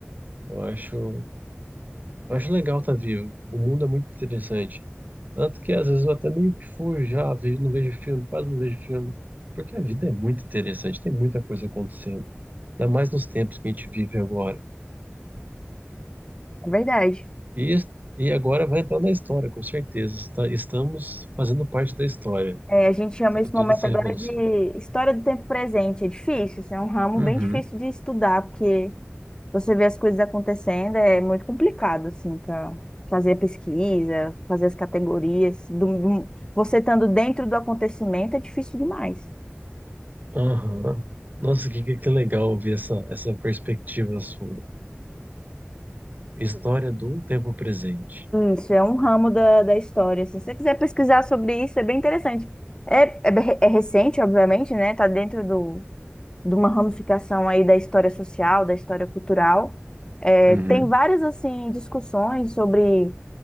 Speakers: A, on the right (about 40°); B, on the left (about 20°).
A: Eu acho, Eu acho legal tá vivo. O mundo é muito interessante. Tanto que às vezes eu até meio que fujo já, vejo, não vejo filme, quase não vejo filme. Porque a vida é muito interessante, tem muita coisa acontecendo. Ainda mais nos tempos que a gente vive agora.
B: É verdade.
A: E, es- e agora vai entrar na história, com certeza. Está- estamos fazendo parte da história,
B: É, a gente chama
A: sabe?
B: esse
A: Toda
B: momento
A: essa
B: agora
A: revolução.
B: de história do tempo presente. É difícil, isso é um ramo
A: Uhum.
B: bem difícil de estudar, porque Você vê as coisas acontecendo, é muito complicado, assim, para fazer a pesquisa, fazer as categorias. Do- do- você estando dentro do acontecimento é difícil demais.
A: Aham. Nossa, que, que que legal ouvir essa, essa perspectiva sua. História do tempo presente.
B: Isso, é um ramo da, da história, assim. Se você quiser pesquisar sobre isso, é bem interessante. É, é, be- é recente, obviamente, né? Tá dentro do, de uma ramificação aí da história social, da história cultural. É,
A: Uhum.
B: tem várias, assim, discussões sobre